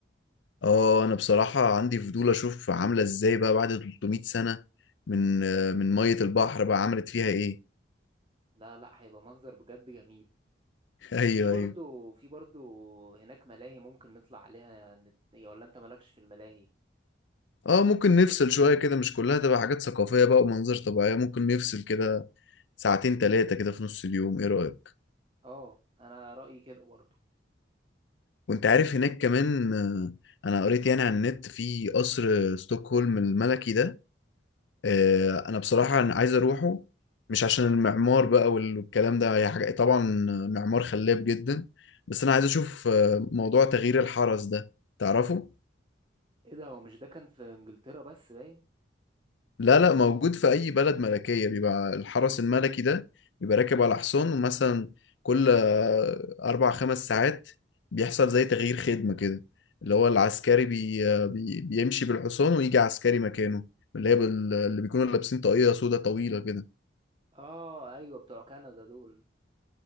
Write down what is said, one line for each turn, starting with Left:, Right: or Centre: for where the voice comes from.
Left: اه انا بصراحة عندي فضول اشوف عاملة ازاي بقى بعد 300 سنة من من مية البحر بقى عملت فيها ايه
Right: لا لا هيبقى منظر بجد جميل
Left: <laughs> ايوه
Right: وفي برضو
Left: ايوه
Right: في برضو هناك ملاهي ممكن نطلع عليها نت... يا ولا انت مالكش في الملاهي
Left: اه ممكن نفصل شوية كده مش كلها تبقى حاجات ثقافية بقى ومناظر طبيعية ممكن نفصل كده ساعتين تلاتة كده في نص اليوم ايه رأيك
Right: اه انا رأيي كده برضو
Left: وانت عارف هناك كمان آه، انا قريت يعني على النت في قصر ستوكهولم الملكي ده آه، انا بصراحه أنا عايز اروحه مش عشان المعمار بقى وال- والكلام ده هي حاجه طبعا معمار خلاب جدا بس انا عايز اشوف آه، موضوع تغيير الحرس ده تعرفه
Right: ايه ده هو مش ده كان في انجلترا بس باين
Left: لا لا موجود في اي بلد ملكيه بيبقى الحرس الملكي ده بيبقى راكب على حصان ومثلا كل آه، اربع خمس ساعات بيحصل زي تغيير خدمه كده اللي هو العسكري بي آه، بي بيمشي بالحصان ويجي عسكري مكانه اللي هي بال- اللي بيكونوا لابسين طاقية سودا طويلة كده
Right: اه ايوه بتوع كندا دول